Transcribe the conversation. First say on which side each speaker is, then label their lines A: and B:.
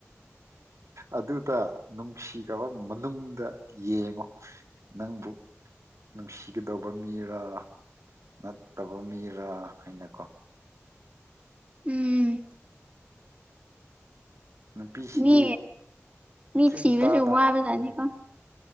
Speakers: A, on the right; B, on the right.
A: ꯑꯗꯨꯇ ꯅꯨꯡꯁꯤꯒꯕ ꯃꯅꯨꯡꯗ ꯌꯦꯡꯉꯣ ꯅꯪꯕꯨ ꯅꯨꯡꯁꯤꯒꯗꯧꯕ ꯃꯤꯔꯥ ꯅꯠꯇꯕ ꯃꯤꯔ ꯍꯥꯏꯅꯀꯣ
B: ꯎꯝ
A: ꯅꯨꯄꯤꯁꯤꯗꯤ
B: ꯃꯤ ꯃꯤ
A: ꯒ꯭ꯌꯥꯟ
B: ꯊꯤꯕꯁꯨ
A: ꯇꯥꯅ
B: ꯋꯥꯕꯖꯥꯠꯅꯤꯀꯣ
A: ꯎꯝ